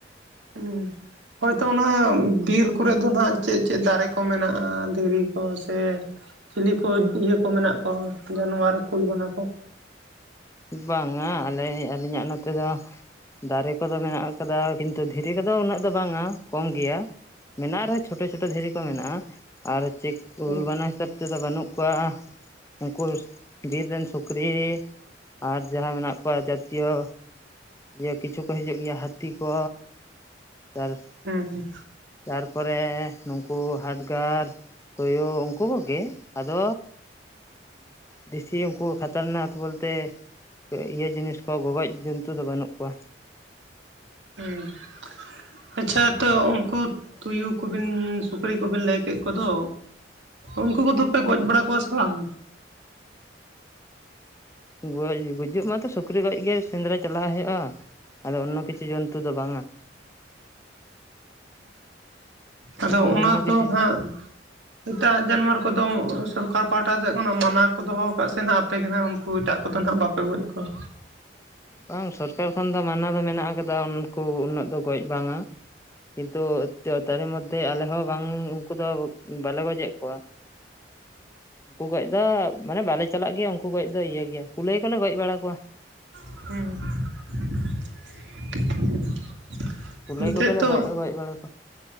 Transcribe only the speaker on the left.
ᱵᱟᱝᱟ ᱟᱞᱮ ᱟᱹᱞᱤᱧᱟᱜ ᱱᱚᱛᱮ ᱫᱚ ᱫᱟᱨᱮ ᱠᱚᱫᱚ ᱢᱮᱱᱟᱜ ᱟᱠᱟᱫᱟ, ᱠᱤᱱᱛᱩ ᱫᱷᱤᱨᱤ ᱠᱚᱫᱚ ᱩᱱᱟᱹᱜ ᱫᱚ ᱵᱟᱝᱟ ᱠᱚᱢ ᱜᱮᱭᱟ᱾ ᱢᱮᱱᱟᱜ ᱨᱮᱦᱚᱸ ᱪᱷᱳᱴᱳ ᱪᱷᱳᱴᱳ ᱫᱷᱤᱨᱤ ᱠᱚ ᱢᱮᱱᱟᱜᱼᱟ, ᱟᱨ ᱪᱩᱠ ᱠᱩᱞ
ᱵᱟᱱᱟ ᱦᱤᱥᱟᱹᱵ ᱛᱮᱫᱚ ᱵᱟᱹᱱᱩᱜ ᱠᱚᱣᱟ, ᱩᱱᱠᱩ ᱵᱤᱨ ᱨᱮᱱ ᱥᱩᱠᱨᱤ ᱟᱨ ᱡᱟᱦᱟᱸ ᱢᱮᱱᱟᱜ ᱠᱚᱣᱟ ᱡᱟᱛᱤᱭᱚ ᱤᱭᱟᱹ ᱠᱤᱪᱷᱩ ᱠᱚ ᱦᱤᱡᱩᱜ ᱜᱮᱭᱟ ᱦᱟᱹᱛᱤ ᱠᱚ, <unintelligible>
ᱛᱟᱨᱯᱚᱨᱮ ᱱᱩᱠᱩ ᱦᱟᱰᱜᱟᱨ, ᱛᱚᱭᱳ ᱩᱱᱠᱩ ᱠᱚᱜᱮ ᱟᱫᱚ ᱫᱮᱥᱤ ᱩᱱᱠᱩ ᱠᱷᱟᱛᱟᱨᱱᱟᱠ ᱵᱚᱞᱛᱮ ᱤᱭᱟᱹ ᱡᱤᱱᱤᱥ ᱠᱚ ᱜᱚᱜᱚᱡ ᱡᱚᱱᱛᱩ ᱫᱚ ᱵᱟᱹᱱᱩᱜ ᱠᱚᱣᱟ᱾
ᱜᱚᱡ ᱜᱩᱡᱩᱜ ᱢᱟᱛᱚ ᱥᱩᱠᱨᱤ ᱜᱚᱡ ᱜᱮ ᱥᱮᱸᱫᱽᱨᱟ ᱪᱟᱞᱟᱜ ᱦᱳᱭᱳᱜᱼᱟ᱾ ᱟᱫᱚ ᱚᱱᱱᱚ ᱠᱤᱪᱷᱩ ᱡᱚᱱᱛᱩ ᱫᱚ ᱵᱟᱝᱟ ᱾
ᱩᱱᱠᱩ
ᱚᱱᱱᱚ
ᱠᱤᱪᱷᱩ
ᱵᱟᱝ ᱥᱚᱨᱠᱟᱨ ᱠᱷᱚᱱ ᱫᱚ ᱢᱟᱱᱟ ᱫᱚ ᱢᱮᱱᱟᱜ ᱟᱠᱟᱫᱟ ᱩᱱᱠᱩ ᱩᱱᱟᱹᱜ ᱫᱚ ᱜᱚᱡ ᱵᱟᱝᱟ, ᱠᱤᱱᱛᱩ ᱛᱟᱨᱮ ᱢᱚᱫᱽᱫᱷᱮ ᱟᱞᱮ ᱦᱚᱸ ᱵᱟᱝ ᱩᱱᱠᱩ ᱫᱚ ᱵᱟᱞᱮ ᱜᱚᱡᱮᱜ ᱠᱚᱣᱟ᱾ ᱩᱱᱠᱩ ᱜᱚᱡ ᱫᱚ ᱢᱟᱱᱮ ᱵᱟᱞᱮ ᱪᱟᱞᱟᱜ ᱜᱮᱭᱟ ᱩᱱᱠᱩ ᱜᱚᱡ ᱫᱚ ᱤᱭᱟᱹ ᱜᱮᱭᱟ ᱠᱩᱞᱟᱹᱭ ᱠᱚᱞᱮ ᱜᱚᱡ ᱵᱟᱲᱟ ᱠᱚᱣᱟ᱾
ᱠᱩᱞᱟᱹᱭ
ᱠᱚᱜᱮᱞᱮ
ᱜᱚᱡ ᱵᱟᱲᱟ ᱠᱚᱣᱟ